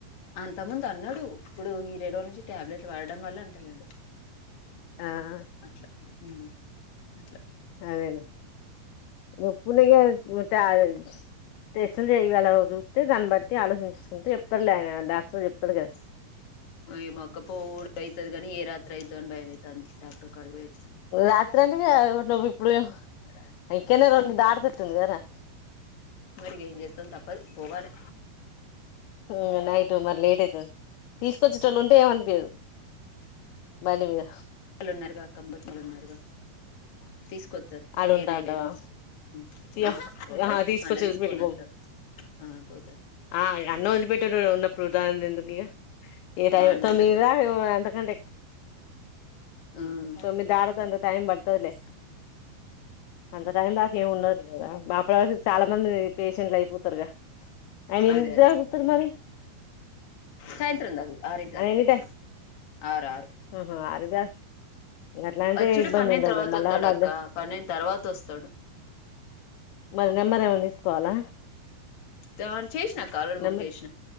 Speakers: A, on the left; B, on the left.
A: అంతకుముందు అన్నాడు, ఇప్పుడు ఈ రెండు రోజులు నుంచి టాబ్లెట్ వాడటం వల్ల అంటలేడు.
B: ఆహా
A: అట్లా ఉమ్ అట్లా
B: అదే లే నొప్పి ఉండేగ <unintelligible> టెస్టులు చేయగల చూస్తే, దాని బట్టి ఆలోచించుకుంటే చెప్తాడు లే ఆయనా డాక్టర్ చెప్తాడు గ
A: ఈ మక్కపువ్వు కూడా అయితది గని ఏ రాత్రి అయి తోన్ భయమయితాంది డాక్టర్ కాడికి పోయ్
B: రాత్రంత ఇగా నువ్వు ఇప్పుడు ఈ కింద రోజు <inaudible> దాటతితుంది కదరా!
A: మరి ఇగ ఏం చేత్తం తప్పదు పోవాలే
B: హ్మ్ నైట్ మరి లేట్ అయితది తీసుకొచ్చేటోళ్లు ఉంటే ఏమనిపియదు బండి మీద
A: లు ఉన్నారుగా కాంబర్తిలు ఉన్నారుగా తీసుకొత్తరు
B: ఆడ ఉంటా
A: ఏ నైట్
B: అంటవా
A: అయినా తీసు
B: ఇగో
A: ఆహా ఉండరు
B: ఆహా తీసుకొచ్చి
A: అన్న
B: వదిలిపెట్టిపో
A: తీసుకొని వత్తడు ఆ పోతరు
B: ఆ నన్ను వదిలిపెట్టిర్రు ప్రొతాంది ఎందుకు ఇగ ఏ
A: మా
B: టైం
A: అన్నోళ్ళతో
B: తొమ్మిదిరా అంతకంటే
A: ఉమ్
B: తొమ్మిది దాట్ తే అంత టైం ప వత్తది లే అంత టైం దాకా ఏమి ఉండదు లేరా అప్పటి వరకు చాలా మంది పేషెంట్లు అయిపోతారుగా ఆయన ఎన్ని
A: ఆ అదే
B: జరు
A: అదే
B: <unintelligible> మరి
A: సాయంత్రం దాకా ఆరింటి
B: ఆయన ఎన్ని
A: దకా
B: టై
A: <inaudible> ఆర్ ఆరు
B: ఆహా అదిగా అట్లా అంటే
A: వచ్చుడు
B: ఇబ్బంది
A: పన్నెడ్
B: ఉండదులే
A: తర్వాత
B: మళ్ళా
A: వత్తడు
B: మధ్య
A: అక్క పన్నెడు తర్వాత వస్తాడు.
B: మరి నెంబర్ ఏమైనా తీసుకోవాలా
A: దాన్ చేసినా అక్క ఆల్రెడీ బుక్
B: నెంబర్
A: చేషిన